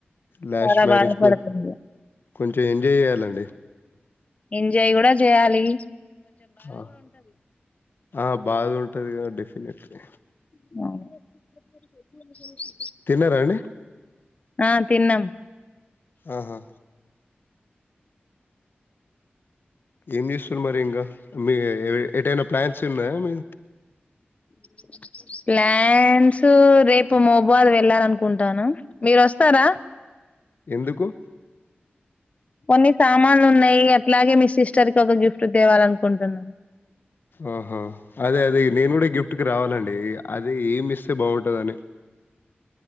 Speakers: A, on the left; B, on the left.
A: లాస్ట్
B: చాలా
A: మ్యారేజ్
B: బాధపడుతుంది ఇగ
A: కొంచెం ఎంజాయ్ చేయాలండి
B: ఎంజాయ్ గుడా జేయాలి
A: ఆ ఆ బాగా ఉంటది కదా డెఫినెట్లీ
B: నా <inaudible>
A: తిన్నారాండి
B: ఆ తిన్నం
A: ఆహా ఏం చేస్తుర్రు మరి ఇంకా మీ ఎటైనా ప్లాన్స్ ఉన్నాయా మీ
B: <inaudible> ప్లాన్స్ రేపు మహాబాద్ వెళ్ళాల అనుకుంటాన మీరు వస్తారా
A: ఎందుకు
B: కొన్ని సామాన్లు ఉన్నాయి అట్లాగే మీ సిస్టర్ కి ఒక గిఫ్ట్ తేవాలనుకుంటున్నా
A: ఆహ అదే అదే నేను కూడా గిఫ్ట్ కి రావాలండి అది ఏమి ఇస్తే బాగుంటదని